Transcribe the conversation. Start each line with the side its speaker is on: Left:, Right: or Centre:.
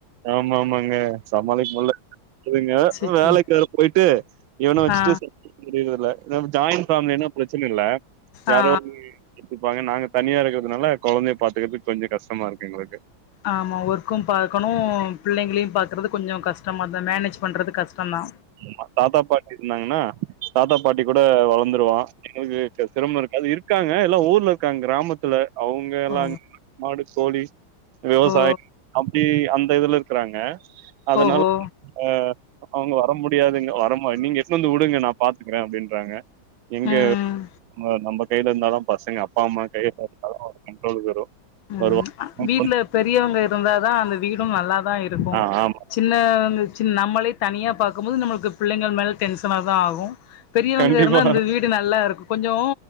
Right: ஆமா ஆமாங்க சமாளிக் முல்ல ங்க
Left: சேர்
Right: வேலைக்கு
Left: சேர்
Right: வேற போயிட்டு இவன வச்சுட்டு
Left: ஆ
Right: புரியுறதுல்ல நம் ஜாயிண்ட் ஃபேமிலின்னா பிரச்சன இல்ல யாரோ
Left: ஆ
Right: ஒன்னு எத்துப்பாங்க நாங்க தனியா இருக்கறதுனால கொழந்தைய பாத்துக்குறதுக்கு கொஞ்சோ கஷ்டமா இருக்கு எங்களுக்கு
Left: ஆமா ஒர்க்கும் பாக்கணு பிள்ளைங்களையு பாக்கறது கொஞ்சோ கஷ்டமா தா மேனேஜ் பண்றது கஷ்டந்தா
Right: ஆமா தாத்தா பாட்டி இருந்தாங்கன்னா தாத்தா பாட்டி கூட வளந்துருவா எங்களுக்கு சிரமம் இருக்காது இருக்காங்க எல்லா ஊர்ல இருக்காங்க கிராமத்துல அவுங்க எல்லாரு
Left: ஓ
Right: மாடு கோழி விவசாயம்
Left: ஓ
Right: அப்டி அந்த இதுல இருக் குறாங்க அதனால
Left: ஓஹோ
Right: ஆ அவுங்களா வர முடியாதுங்க வரமா நீங்க எத்துனு வந்து விடுங்க நா பாத்துக்கற அப்டின்றாங்க எங்க
Left: ம்
Right: ஆ நம்ப கையில இருந்தா தா பசங்க அப்பா அம்மா கைய பாத்தா தா கண்ட்ரோலுக்கு வரு
Left: ம்
Right: வருவா
Left: ஆ வீட்ல பெரியவங்க இருந்தாதா அந்த வீடும் நல்லா தா இருக்கு
Right: ஆ ஆமா
Left: சின்ன வந்து சின் நம்மளே தனியா பாக்கும்போது நம்மளுக்கு பிள்ளைகள் மேல டென்ஷனா தா ஆகு பெரியவங்க
Right: கண்டிப்பா
Left: இருந்தா அந்த வீட் இது நல்லாருக்கு கொஞ்சோ